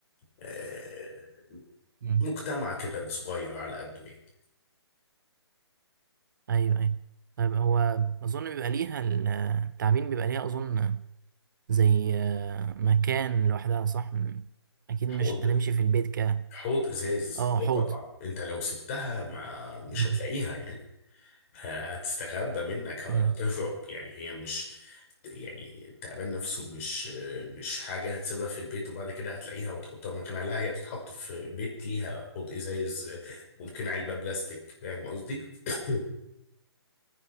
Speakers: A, on the left; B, on the right.
A: آه،
B: مم.
A: مجتمع كده صغير على قده يعني
B: ايوه ايوه طيب هو اظن بيبقى ليها ال- التعبين بيبقى ليها اظن زي آه، مكان لوحدها صح م- اكيد
A: حوض
B: مش هتمشي في البيت ك
A: حوض ازاز
B: اه
A: اه
B: حوض
A: طبعا انت لو سبتها ما مش
B: مم.
A: هتلاقيها يعني هتستخبى منك هتهرب
B: مم.
A: يعني هي مش يعني التعبان نفسه مش مش حاجة هتسيبها في البيت وبعد كده هتلاقيها وتحطها مكانها لا هي بتتحط في بيت ليها حوض إزاز ممكن علبة بلاستيك فاهم قصدي؟ <coughs>